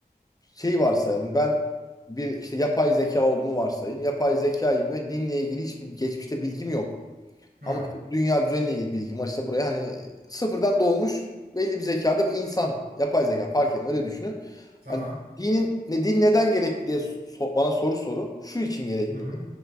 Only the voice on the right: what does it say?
hı,
tamam.
Hı, hı,